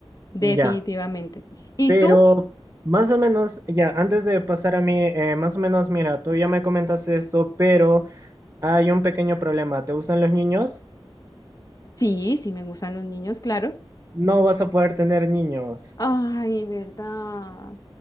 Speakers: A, on the left; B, on the right.
A: definitivamente.
B: Ya.
A: ¿Y
B: Pero
A: tú?
B: más o menos, ya, antes de pasar a mí, eh, más o menos, mira, tú ya me comentaste esto, pero hay un pequeño problema. ¿Te gustan los niños?
A: Sí, sí me gustan los niños, claro.
B: No vas a poder tener niños.
A: Ay, verdad.